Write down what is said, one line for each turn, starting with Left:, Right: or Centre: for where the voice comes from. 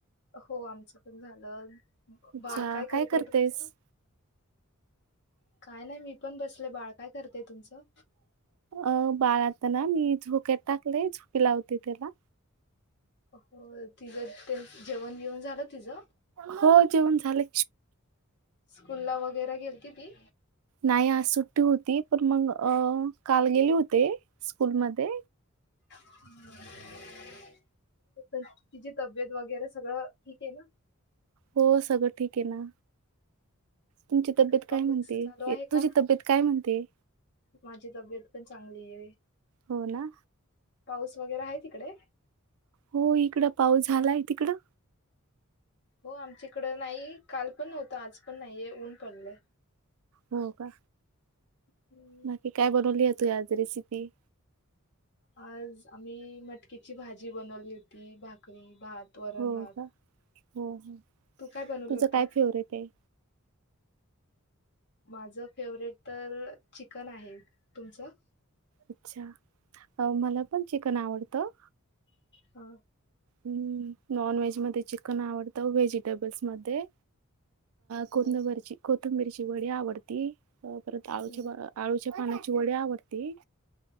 Left: हो आमचं झालं
Right: अच्छा
Left: बाळ काय करतय
Right: करतेस?
Left: तुमचं काय नाही मी पण बसले बाळ काय करतेय तुमचं
Right: अ बाारता ना मी झोक्यात टाकले झोकी लावते त्याला
Left: हो तिचं ते जेवण बिवण झालं तिझं
Right: हो जेवण झाले
Left: स्कूल ला वगैरे घेती ती
Right: नाही आज सुट्टी होती पण मग अ काल गेली होते स्कूलमध्ये
Left: हम् तिची तब्येत वगैरे सगळं ठीक आहे ना
Right: हो सगळं ठीक आहे ना तुमची तब्येत
Left: तिकडे पाऊस
Right: काय म्हणते
Left: चालू आहे का
Right: तुझी तब्येत काय म्हणते
Left: माझी तब्येत पण चांगली आहे
Right: हो ना
Left: पाऊस वगैरे आहे तिकडे
Right: हो इकड पाऊस झालाय तिकडं
Left: हो आमच्याकड नाही काल पण नव्हतं आज पण नाहीये ऊन पडलं
Right: हो का
Left: हम्म.
Right: बाकी काय बनवली आहे तू आज रेसिपी
Left: आज आम्ही मटकीची भाजी बनवली होती भाकरी भात वरण
Right: हो
Left: भात
Right: का हो हो
Left: तू काय बनवलं
Right: तुझं
Left: होतं?
Right: काय फेवरेट आहे
Left: माझ फेवरेट तर चिकन आहे तुमचं
Right: अच्छा अ मला पण चिकन आवडतं
Left: हा
Right: हम् नॉन व्हेज मध्ये चिकन आवडतं व्हेजिटेबल्स मध्ये कोथंबीरीची
Left: हो.
Right: वडी आवडती परत आळूच
Left: हम्म.
Right: वड्या अळूच्या पानाची वडी आवडते